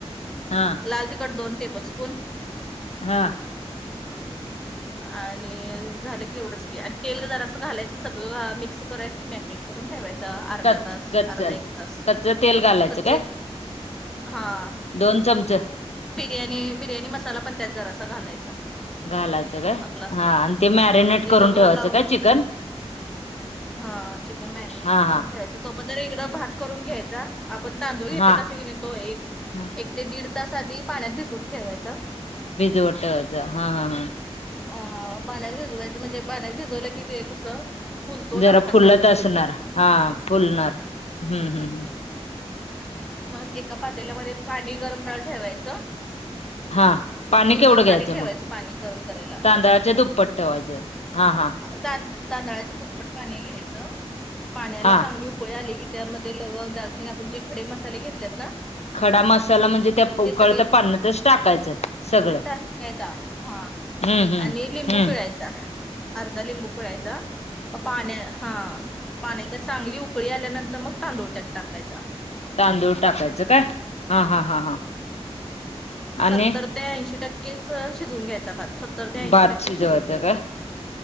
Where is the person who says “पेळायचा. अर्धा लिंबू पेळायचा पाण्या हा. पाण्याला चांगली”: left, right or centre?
Centre